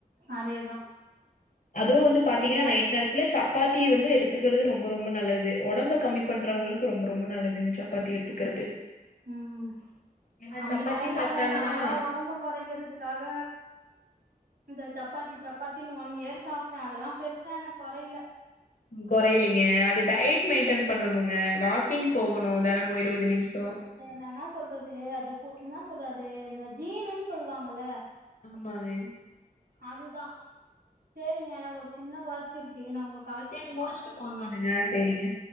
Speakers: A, on the right; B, on the left.
A: அதேதா
B: அதுவு வந்து பாத்தீங்கனா
A: சில டைம்
B: நைட் நேரத் துல சப்பாத்தி வந்து எடுத்துக்கிறது ரொம்ப ரொம்ப நல்லது உடம்பு கம்மி பண்றவங்களுக்கு ரொம்ப ரொம்ப நல்லது ச பாத்தி எடுத்துக்கிறது
A: ம்
B: ஏன்னா
A: அப்படிலா
B: சப்பாத்தி
A: இல்லங்க
B: சாப்ட்டாங்கன்னா
A: நாலா உடம்ப கொறைக்கிறதுக்காக இந்த சப்பாத்தி சப்பாத்தின் ஒன் இயர் சாப்ட்ட அதெல்லா பெருசா எனக்கு கொறைல
B: கொறையலீங்க அது டயட் மெயின்டென் பண்ணணுங்க வாக்கிங் போகணு தனமு இருபது நிமிஷ
A: நா என்ன சொல்றது அது என்ன சொல்றது இந்த ஜீனுன் சொல்லுவாங்கல
B: ஆமாங்க
A: அதுதா சேரிங்க ஒரு சின்ன ஒர்க் இருக்கு நா உங்க
B: சேரி முடிச்சுட்டு ஃபோன் பண்ணுங்க சேரிங்க